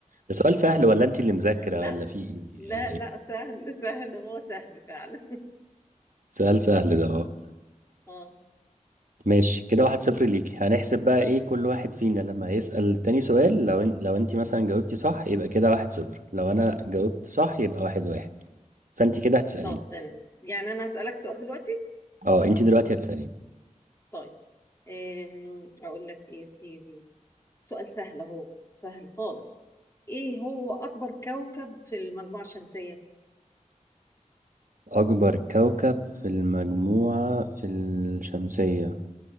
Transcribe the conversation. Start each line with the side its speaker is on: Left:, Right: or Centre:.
Right: ده سؤال سهل ولا انت اللي مذاكرة
Left: لا
Right: ولا في ايه
Left: لا
Right: ولا ايه
Left: لا سهل سهل هو سهل فعلا
Right: سؤال سهل ده اه
Left: <laughs> اه
Right: ماشي كده واحد صفر ليكي هنحسب بقى ايه كل واحد فينا لما يسأل تاني سؤال لو إن... لو انت مثلا جاوبتي صح يبقى كده واحد صفر لو
Left: مم.
Right: انا جاوبت صح يبقى واحد واحد فانت كده هتسأليني
Left: طب تمام يعني انا اسالك سؤال دلوقتي
Right: اه انت دلوقتي هتسأليني
Left: طيب أم، اقول لك ايه يا سيدي سؤال سهل اهو سهل خالص ايه هو اكبر كوكب في المجموعة الشمسية
Right: أكبر كوكب في المجموعة الشمسية